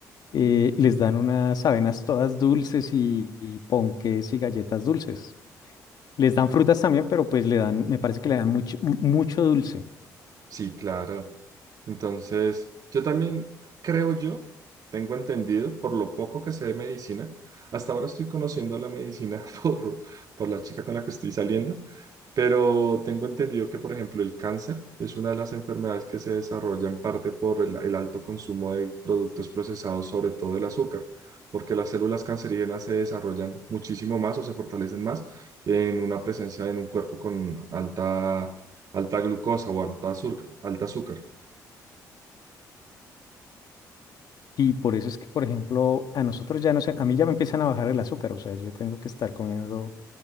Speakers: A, on the left (about 60°); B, on the right (about 55°).
A: eh, les dan unas avenas todas dulces y, y ponques y galletas dulces. Les dan frutas también, pero pues le dan, me parece que le dan mucho, mu- mucho dulce.
B: Sí, claro. Entonces, yo también creo yo, tengo entendido, por lo poco que sé de medicina, hasta ahora estoy conociendo la medicina <laughs> por, por la chica con la que estoy saliendo, pero tengo entendido que, por ejemplo, el cáncer es una de las enfermedades que se desarrolla en parte por el, el alto consumo de productos procesados, sobre todo el azúcar, porque las células cancerígenas se desarrollan muchísimo más o se fortalecen más en una presencia en un cuerpo con alta alta glucosa o alta azúcar, alta azúcar.
A: Y por eso es que, por ejemplo, a nosotros ya no sé, a mí ya me empiezan a bajar el azúcar, o sea, yo tengo que estar comiendo